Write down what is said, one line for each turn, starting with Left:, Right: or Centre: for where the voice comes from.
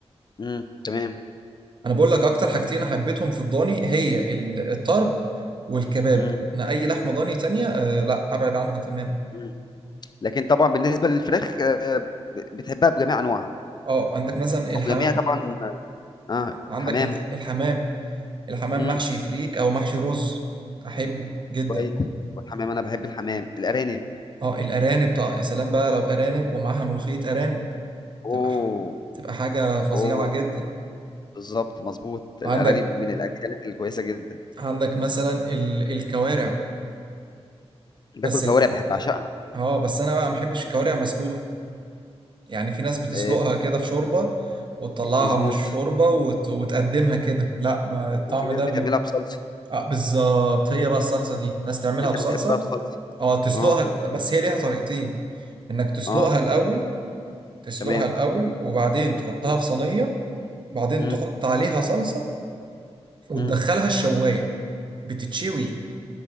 Left: امم تمام
Right: انا بقول لك اكتر حاجتين حبيتهم في الضاني هي ال- الطرب والكباب
Left: امم
Right: انا اي لحمه ضاني تانية آه لا ابعد عنها تماما
Left: مم. لكن طبعا بالنسبه للفراخ آه، ب- بتحبها بجميع انواعها
Right: اه عندك مثلا الحمام
Left: وبجميع طبعا اه
Right: عندك
Left: الحمام
Right: الح- الحمام الحمام
Left: امم
Right: محشي فريك او محشي رز احبه جدا
Left: كويس والحمام انا بحب الحمام الارانب
Right: اه الارانب طبعا يا سلام بقى لو ارانب ومعاها ملوخيه ارانب
Left: اوه
Right: تبقى ح- تبقى حاجه فظيعه
Left: اوه
Right: جدا
Left: بالظبط مظبوط الارانب
Right: عندك
Left: من الاكلات الكويسه جدا
Right: عندك مثلا ال- الكوارع
Left: باكل
Right: بس
Left: كوارع
Right: ال...
Left: بحب اعشقها
Right: اه بس انا بقى ما بحبش الكوارع مسلوقه يعني في ناس بتسلقها
Left: آه بت-
Right: كده في شوربة وتطلعها
Left: مظبوط
Right: من الشوربة وت... وتقدمها كده لا ما الطعم
Left: وفي ناس
Right: ده
Left: بتعملها
Right: بي...
Left: بصلصه
Right: آه بالظبط هي بقى الصلصة دي ناس تعملها
Left: انت
Right: بصلصة
Left: بتحبها بصلصه
Right: اه تسلقها
Left: اه
Right: بس هي ليها طريقتين انك تسلقها
Left: اه
Right: الأول تسلقها
Left: تمام
Right: الأول وبعدين تحطها
Left: مم.
Right: في صينية وبعدين
Left: مم.
Right: تحط عليها صلصة وتدخلها
Left: مم.
Right: الشواية بتتشوي